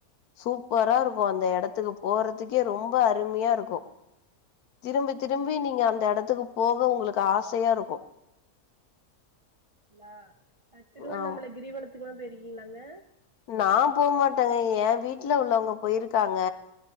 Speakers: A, on the left; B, on the right.
A: சூப்பரா இருக் கு அந்த எடத்துக்கு போறதுக்கே ரொம்ப அருமையா இருக்கூ திரும்பி திரும்பி நீங்க அந்த எடத்துக்கு போக உங்களுக்கு ஆசையா இருக்கூ
B: ஆ அ திருவண்ணாமலை
A: ஆம்
B: கிரிவளத்துக்லா போயிருக்கீங்களாங்க
A: நா போ மாட்டேங்க ஏ வீட்டுல உள்ளவங்க போயிருக்காங்க